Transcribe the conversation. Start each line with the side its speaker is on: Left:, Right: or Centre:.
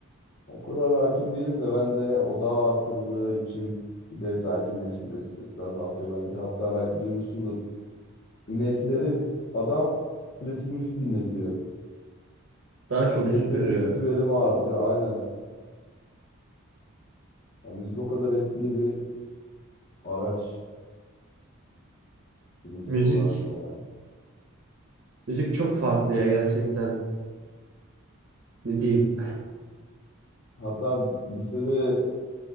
Left: O kadar hakim değilim de ben de odağı artırdığı için bir de sakinleştiriyor, stresi de azaltıyor bence. Hatta belki duymuşsundur. İnekleri adam klasik müzik dinletiyor.
Right: Daha çok
Left: İneklerin
Right: süpürüyor.
Left: süt verimi artıyor aynen. Yani müzik o kadar etkili bir araç bilimsel
Right: Müzik
Left: olarak da yani.
Right: müzik çok farklı ya gerçekten. Ne diyeyim?
Left: Hatta lisede